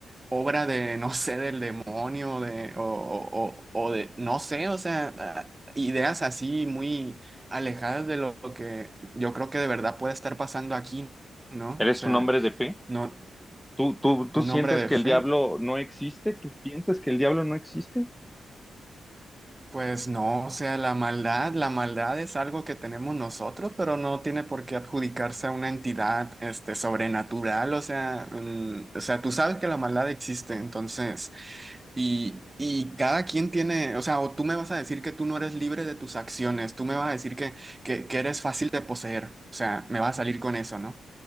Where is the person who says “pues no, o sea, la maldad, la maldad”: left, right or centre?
Right